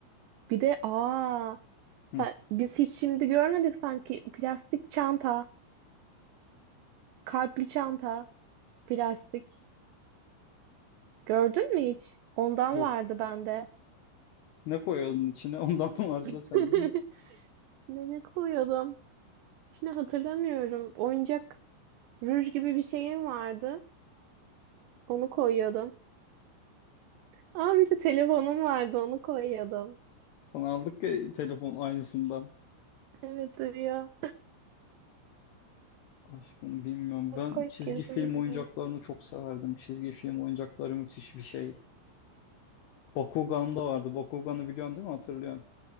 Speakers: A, on the right (about 85°); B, on the left (about 80°).
A: Bir de aa sen-
B: Hı,
A: biz hiç şimdi görmedik sanki plastik çanta, kalpli çanta, plastik. Gördün mü hiç? Ondan
B: yok.
A: vardı bende.
B: Ne koyalım içine? Ondan <laughs> vardı da
A: <laughs>
B: sende.
A: Ne ne koyuyordum? Şimdi hatırlamıyorum. Oyuncak ruj gibi bir şeyim vardı. Onu koyuyordum. Aa bir de telefonum vardı onu koyuyordum.
B: Sana aldık ya telefon aynısından.
A: Evet ya.
B: Aşkım bilmiyorum. Ben
A: Koyup
B: çizgi
A: gezen
B: film
A: gibi
B: oyuncaklarını
A: oldu.
B: çok severdim. Çizgi film oyuncakları müthiş bir şey. Bakugan da vardı. Bakugan'ı biliyorsun değil mi? Hatırlıyorsun.